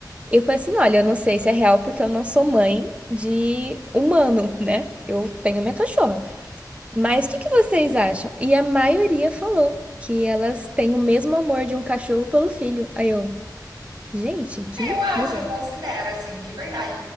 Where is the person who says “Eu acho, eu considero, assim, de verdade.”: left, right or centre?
Right